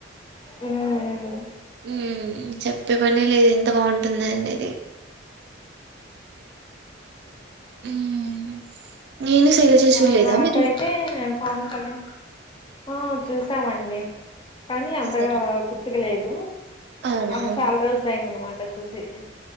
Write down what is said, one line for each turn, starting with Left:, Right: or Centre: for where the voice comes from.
Left: హ్
Right: ఉ చెప్పే పని లేదు. ఎంత బాగుంటుందండి అది ఉమ్ నేను శైలజ
Left: మా
Right: చూడలేదా
Left: నాకైతే
Right: మీరు
Left: పవన్ కళ్యాణ్ ఆ చూసామండి కానీ అంతగా
Right: చూసారా
Left: గుర్తుకు లేదు.
Right: అవునా
Left: ఆ చాలా రోజులు అయిందన్న మాట చూసి